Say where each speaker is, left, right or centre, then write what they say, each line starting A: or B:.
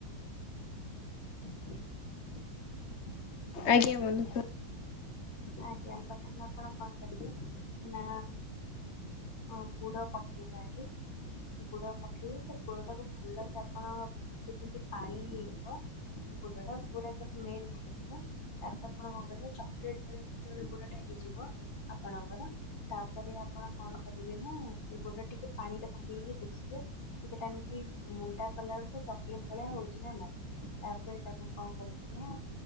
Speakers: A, on the left; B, on the left.
A: <inaudible>
B: ଆଜ୍ଞା ବନ୍ଧୁ କୁ
A: ଆଜ୍ଞା ପ୍ରଥମେ ଆପଣ କଣ କରିବେ ନା। ଅଁ ଗୁଡ଼ ପକେଇବେ ଆଗେ। ଗୁଡ ପକେଇ ସେ ଗୁଡ ଟାକୁ ଭଲସେ ଆପଣ ଯେମିତି ପାଣି ହେଇଯିବ। ଗୁଡ଼ ଟା ପୁରା ଯେତେ ମେଲଟ୍ ହେଇଯିବ ତାପରେ ଆପଣ କଣ କରିବେ ଚକ୍ଲେଟ୍। ଆଉ ଯେତେବେଳେ ଗୁଡ ଟା ହେଇଯିବ ଆପଣଙ୍କର। ତାପରେ ଆପଣ କଣ କରିବେ ନା ସେ ଗୁଡରୁ ଟିକେ ପାଣିରେ ପକେଇକି ଦେଖିବେ। କିଟା ଏମିତି ମୁଣ୍ଡା କଲାବଳୁ କୁ ଚକଲେଟ୍ ଭଳିଆ ହଉଚି ନା ନାଇଁ। ତାପରେ ତାକୁ କଣ କରିବେନା